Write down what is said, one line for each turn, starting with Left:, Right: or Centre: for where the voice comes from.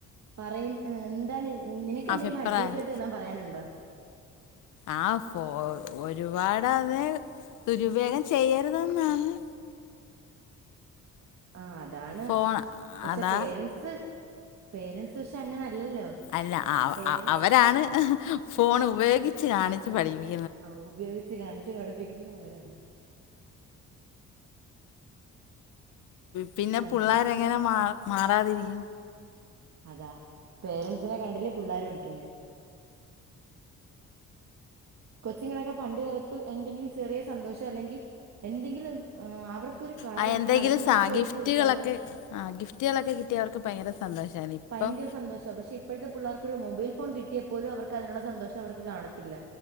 Right: പറയ് എന്താണ് നിനക്കെന്തെങ്കിലും
Left: അഭിപ്രായം
Right: അഡ്വൈസായിട്ട് വല്ലോം പറയാനുണ്ടോ
Left: ആ ഫോ ഒരുപാടത് ദുരുപയോഗം ചെയ്യരുത്ന്നാണ്
Right: ആ അത്. താണ്
Left: ഫോൺ
Right: പക്ഷെ
Left: അതാ
Right: പേരൻ്റസ് പേരൻ്റസ് ക്ഷെ അങ്ങനെ അല്ലല്ലോ
Left: അല്ല
Right: പേരൻ്റസ്
Left: അവരാണ് ഫോൺ ഉപയോഗിച്ച് കാണിച്ചു പഠിപ്പി.
Right: ആ ഉപയോഗിച്ച് കാണിച്ച് പഠിപ്പിക്കുന്നത് അവര <unintelligible>
Left: പിന്നെ
Right: ആ
Left: പുള്ളാര് എങ്ങനെ മാ... മാറാതിരിക്കും
Right: അതാ പേരൻസിനെ കണ്ടില്ലേ പി ള്ളേര് പടിക്കുന്നേ കൊച്ചിങ്ങളൊക്കെ പണ്ടുകാലത്ത് എന്തെങ്കിലും ചെറിയ സന്തോഷം അല്ലെങ്കിൽ എന്തെങ്കിലും അവർക്ക് കള
Left: ആ എന്തെങ്കിലും
Right: കളറി
Left: സാ
Right: ബുക്ക് മേടിച്ച
Left: ഗിഫ്റ്റുകളൊക്കെ
Right: കൊടുത്താലും
Left: ആ ഗിഫ്റ്റുകളൊക്കെ കിട്ടിയ അവർക്ക് ഭയങ്കര സന്തോഷായിരുന്നു ഇപ്പം
Right: ഭയങ്കര സന്തോഷ പക്ഷെ ഇപ്പോഴത്തെ പിള്ളേർക്ക് മൊബൈൽ ഫോൺ കിട്ടി കിട്ടിയപ്പോലും അവർക്ക് അതിനുള്ള സന്തോഷം അവർക്ക് കാണത്തില്ല